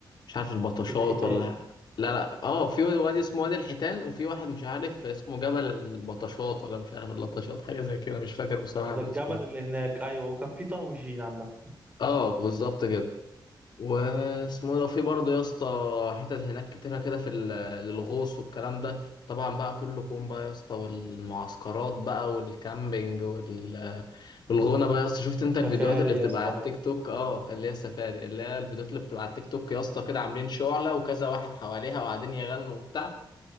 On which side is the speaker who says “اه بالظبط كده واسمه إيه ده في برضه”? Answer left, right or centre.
Left